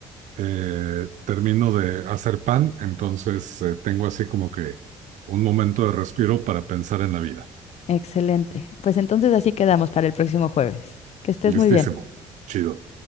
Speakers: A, on the right; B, on the left.
A: eh, termino de hacer pan, entonces eh, tengo así como que un momento de respiro para pensar en la vida.
B: Excelente. Pues entonces así quedamos para el próximo jueves. Que estés
A: Listísimo.
B: muy bien.
A: Chido.